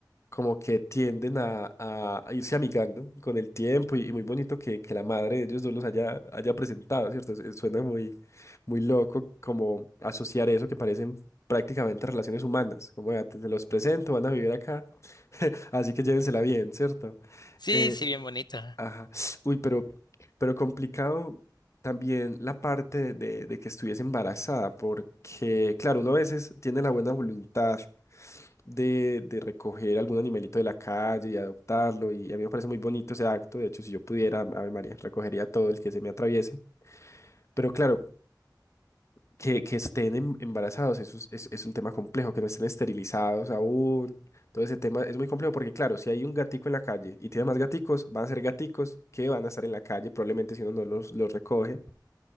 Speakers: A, on the left (about 40°); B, on the left (about 70°).
A: como que tienden a, a- a irse amigando con el tiempo y, y muy bonito que, que la madre de ellos dos los haya, haya presentado, ¿cierto? Es- es- Suena muy, muy loco como asociar eso que parecen prácticamente relaciones humanas, como ya te, te los presento, van a vivir acá, así que llévensela bien, ¿cierto?
B: Sí,
A: Eh,
B: sí, bien bonito.
A: Ajá. Uy, pero, pero complicado también la parte de, de que estuviese embarazada, porque, claro, uno a veces tiene la buena voluntad de, de recoger algún animalito de la calle y adoptarlo, y a mí me parece muy bonito ese acto. De hecho, si yo pudiera, Ave María, recogería todo el que se me atraviese. Pero claro, que, que estén em- embarazados, eso es, es- es un tema complejo, que no estén esterilizados aún. Todo ese tema es muy complejo porque, claro, si hay un gatico en la calle y tiene más gaticos, van a ser gaticos que van a estar en la calle, probablemente si uno no los, los recoge.